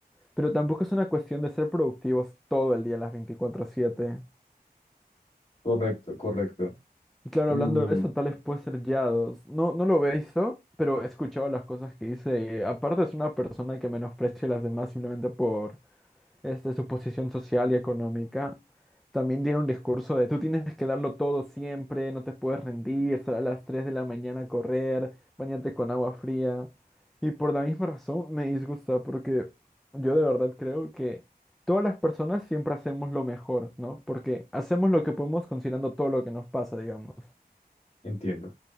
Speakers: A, in the centre; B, on the left.
A: pero tampoco es una cuestión de ser productivos todo el día, las 24/7.
B: correcto, correcto.
A: Y claro,
B: Mm,
A: hablando de eso, tales vez puede ser Yados. No, no lo he visto, pero he escuchado las cosas que dice. y, aparte es una persona que menosprecia a las demás simplemente por, este, su posición social y económica, también dieron un discurso de tú tienes que darlo todo siempre, no te puedes rendir, sal a las 3 de la mañana a correr, bañate con agua fría. Y por la misma razón me disgusta, porque yo de verdad creo que todas las personas siempre hacemos lo mejor, ¿no? Porque hacemos lo que podemos considerando todo lo que nos pasa, digamos.
B: entiendo.